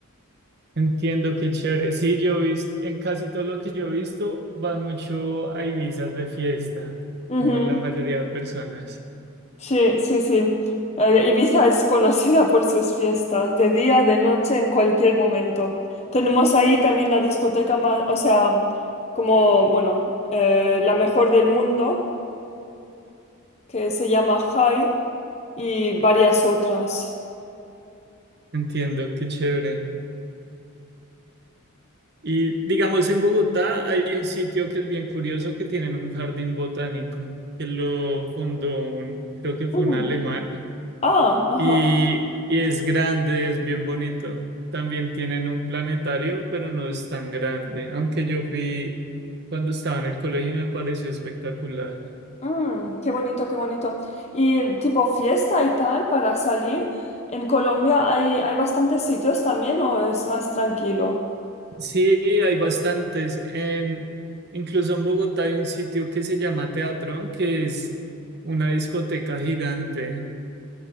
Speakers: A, on the right; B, on the left.
A: Entiendo qué chévere. Sí, yo he visto, en casi todo lo que yo he visto, van mucho a Ibizas de fiesta,
B: Ujú.
A: como la mayoría de personas.
B: Sí, sí, sí. Eh, Ibiza es conocida por sus fiestas, de día, de noche, en cualquier momento. Tenemos ahí también la discoteca más, o sea, como, bueno, eh, la mejor del mundo, que se llama High, y varias otras.
A: Entiendo qué chévere. Y digamos, en Bogotá hay un sitio que es bien curioso que tienen un jardín botánico, que lo fundó un, creo que fue
B: Mm.
A: un alemán,
B: Ah, ajá.
A: y, y es grande, es bien bonito. También tienen un planetario, pero no es tan grande, aunque yo fui cuando estaba en el colegio y me pareció espectacular.
B: Mm, qué bonito, qué bonito. Y tipo fiesta y tal para salir. En Colombia hay, hay bastantes sitios también, ¿o es más tranquilo?
A: Sí, hay bastantes. En, incluso en Bogotá hay un sitio que se llama Teatrón, que es una discoteca gigante